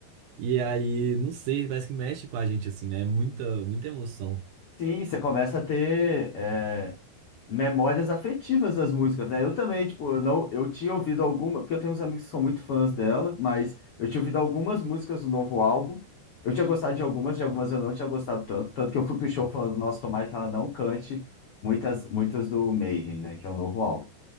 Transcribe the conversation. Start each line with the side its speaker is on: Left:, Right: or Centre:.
Right: E aí, não sei, parece que mexe com a gente, assim, né? É Muita, muita emoção.
Left: Sim, você começa a ter é, memórias afetivas das músicas, né? Eu também, tipo, eu não, eu tinha ouvido alguma, porque eu tenho uns amigos que são muito fãs dela, mas eu tinha ouvido algumas músicas do novo álbum. Eu tinha gostado de algumas, de algumas eu não tinha gostado tanto, tanto que eu fui pro show falando, nossa, tomara que ela não cante muitas, muitas do Mayhem, né? Que é o novo álbum.